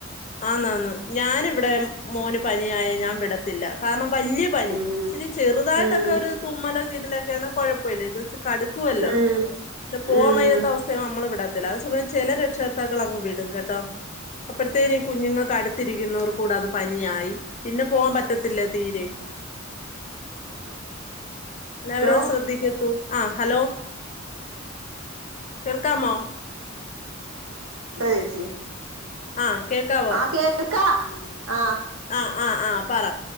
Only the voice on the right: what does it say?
ഉം
ഉം
ഉം
ഉം
ഹലോ
ആ ചേച്ചി
ആ കേൾക്കാ ആ